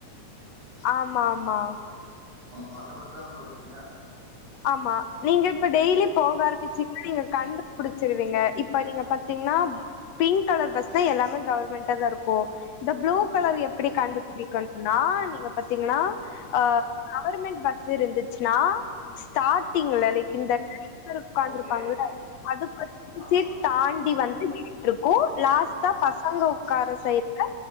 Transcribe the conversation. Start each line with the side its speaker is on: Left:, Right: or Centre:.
Left: ஆமா ஆமா
Right: உ அத பத்தி தானே சொல்றிக்கீங்க
Left: ஆமா நீங்க இப்ப டெய்லிப் போகறம் ச்சி நீங்க கண்டு புடிச்சிருவீங்க இப்ப நீங்க பாத்தீங்கன்னா பிங்க் கலர் பஸ் தா எல்லாமே கவர்மெண்ட் டேதற்கோ இந்த ப்ளூ கலர் எப்படி கண்டுபிடிக்கணும்னா நீங்க பாத்தீங்கன்னா ஆ கவர்வர்மெண்ட் பஸ் இருந்துச்சுன்னா ஸ்டார்ட்டிங்ல லைக் இந்த தட் தடிக் தெருர் உட்கார்ந்துருப்பாங்கள
Right: ஓகே
Left: அதுக்குடச்
Right: ஆமா
Left: தாண்டி வந்து நின்னுற்றுருக்கு லாஸ்டா பசங்க உக்கார சைடுல